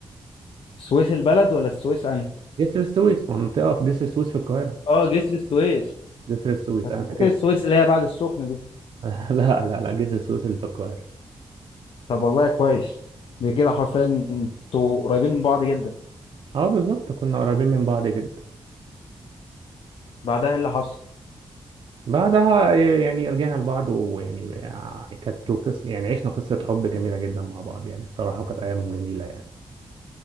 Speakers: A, on the left; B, on the right.
A: السويس البلد ولا السويس انهي
B: جسر السويس منطقة في جسر السويس في القاهرة
A: اه جسر السويس
B: جسر السويس
A: انا
B: أنا
A: كنت
B: ساكن
A: فاكر السويس
B: في
A: اللي هي بعد السخنة دي
B: <laughs> لا لا لا جسر السويس اللي في القاهرة
A: طب والله كويس دي كده حرفيا انتوا قريبين من بعض جدا
B: اه بالظبط كنا قريبين من بعض جدا
A: بعدها ايه اللي حصل
B: بعدها آه، يعني رجعنا لبعض ويعني آه، كانت القصة يعني عشنا قصة حب جميلة جدا مع بعض يعني بصراحة وكانت أيام جميلة يعني